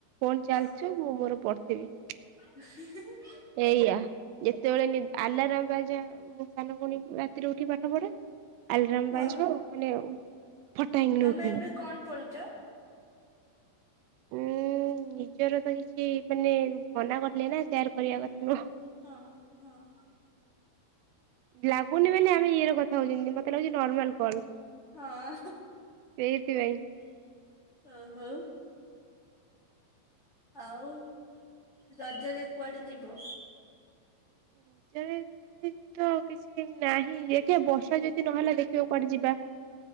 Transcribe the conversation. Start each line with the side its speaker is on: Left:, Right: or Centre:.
Right: ଫୋନ
Left: ହଁ।
Right: ଚାଲଚୁ ମୁଁ ମୋର ପଡ଼ିଥିବି।
Left: <unintelligible>
Right: ଏଇଆ ଯେତେବେଳେ ନି ଆଲାରାମ ବା ଯା ମୁଁ ସାନଭଉଣୀ ରାତିରେ ଉଠି ପାଠ ପଢ଼େ। ଆଲାରାମ
Left: ହଁ
Right: ବାଜିବ ମାନେ ଫଟାକ
Left: ତମେ
Right: ହେଇ ଉଠିବ।
Left: ଏବେ କଣ ପଳୁଛ?
Right: ଉୁଁ ନିଜର ତ କିଛି ମାନେ ମନା କରିଥିଲେ ନା ସେୟାର କରିବା କଥା ନୁହଁ।
Left: ହଁ ହଁ।
Right: ଲାଗୁନି ମାନେ ଆମେ ଇଏ ରେ କଥା ହଉଛନ୍ତି ମତ ତେ ଲାଗୁଛି ନର୍ମାଲ କଲ
Left: ହଁ
Right: ଏଥିପାଇଁ
Left: ଓ ହୋ। ଆଉ ରଜରେ କୁଆଡେ ଯିବ?
Right: ରଜରେ <unintelligible> ତ କିଛି ନାହିଁ ଦେକିଆ ବର୍ଷା ଯଦି ନହେଲେ ଦେଖିବା କୁଆଡେ ଯିବା।